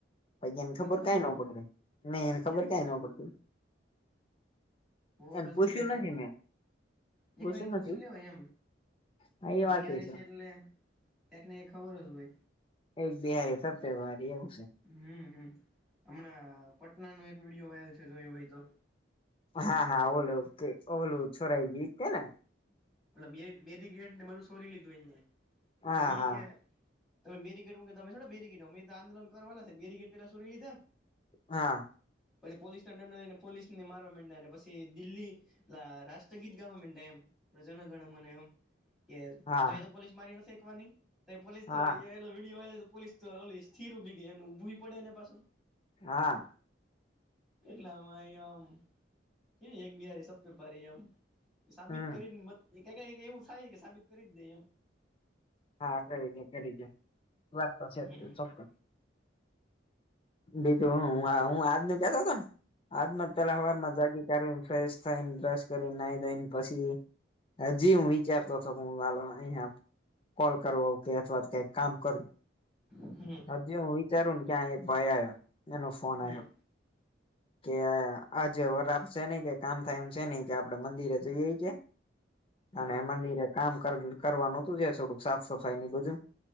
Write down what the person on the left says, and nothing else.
પછ એને ખબર
કઈ ન
પડતી નહી એને ખબર
કઈ ન પડતું
એને
પૂછ્યું
નથી મેં
પૂછ્યું
નથી
હા એ
વાત એ
એક બિહારી સબ પે ભારી એવું સે
હા હા ઓલું કે ઓલું છોડાઈ ગ્યું ઈ તે ને
હા
હા
હા
હા
હા
હા
હમ
હા કરી દે કરી દે, વાત તો સે
ચોક્કસ. બીજું હું આજ નું કેતો તો ને આજનું જ પેલા સવાર માં જાગી. ને ફ્રેશ થઈને બ્રશ કરી નાહી ધોઈ ને પછી. હજી હું વિચારતો હતો. હું વાલો અહીંયા... કોલ કરવો કે અથવા તો કંઈક કામ કરવું.
જે હું વિચારું ને ત્યાં એક ભાઈ આવ્યો, એનો ફોન
આવ્યો. કે, આજે વરાપ છે ને કોઈ કામ થાય એમ છે નય કે આપડે મંદિરે જઈએ? કે,
અને મંદિરે- - કામ કરવા નું હતું, ત્યાં થોડુંક સાફ સફાઈ ને એ બધું